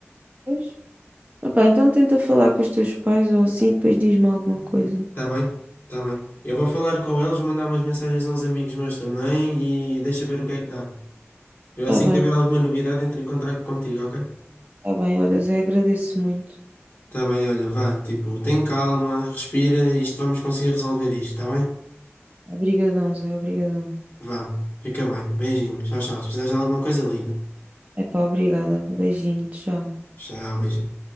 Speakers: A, on the right; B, on the left.
A: um. Opá, então tenta falar com os teus pais ou assim, depois diz-me alguma coisa.
B: Tá bem? Tá bem. Eu vou falar com eles, vou mandar umas mensagens a uns amigos meus também e deixa ver o que é que dá. Eu
A: Tá
B: assim
A: bem,
B: que tiver alguma novidade, entro em contacto contigo, ok?
A: tá bem. Olha, Zé, agradeço muito.
B: Tá bem, olha, vá. Tipo, tem calma, respira, isto vamos conseguir resolver isto, tá bem?
A: Obrigadão, Zé, obrigadão.
B: Vá. Fica bem. Beijinho. Tchau, tchau. Se precisares de alguma coisa, liga.
A: É pá, obrigada. Beijinho, tchau.
B: Tchau, beijinho.